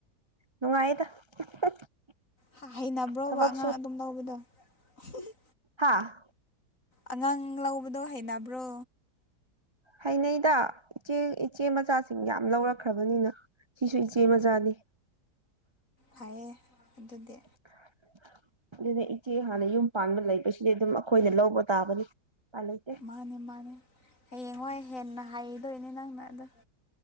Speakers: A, on the right (about 30°); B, on the left (about 50°).
A: ꯅꯨꯡꯉꯥꯏꯌꯦꯗ <unintelligible>
B: ꯍꯥ ꯍꯩꯅꯕ꯭ꯔꯣꯕ
A: ꯊꯕꯛ
B: ꯑꯉꯥꯡ ꯑꯗꯨꯝ ꯂꯧꯕꯗꯣ <unintelligible>
A: ꯍꯥꯥ
B: ꯑꯉꯥꯡ ꯂꯧꯕꯗꯣ ꯍꯩꯅꯕ꯭ꯔꯣ
A: ꯍꯩꯅꯩꯗ ꯏꯆꯦ ꯏꯆꯦ ꯃꯆꯥꯁꯤꯡ ꯌꯥꯝ ꯂꯧꯔꯛꯈ꯭ꯔꯕꯅꯤꯅ ꯁꯤꯁꯨ ꯏꯆꯦ ꯃꯆꯥꯅꯦ
B: ꯐꯥꯏꯌꯦ ꯑꯗꯨꯗꯤ
A: <unintelligible> ꯑꯗꯨꯅꯦ ꯏꯆꯦ ꯍꯥꯟꯅ ꯌꯨꯝ ꯄꯥꯟꯕ ꯂꯩꯕꯁꯤꯗꯤ ꯑꯗꯨꯝ ꯑꯩꯈꯣꯏꯅ ꯂꯧꯕ ꯇꯥꯕꯅꯤ ꯎꯄꯥꯏ ꯂꯩꯇꯦ
B: ꯃꯥꯅꯦ ꯃꯥꯅꯦ ꯍꯌꯦꯡꯋꯥꯏ ꯍꯦꯟꯅ ꯍꯩꯗꯣꯏꯅꯦ ꯅꯪꯅ ꯑꯗꯣ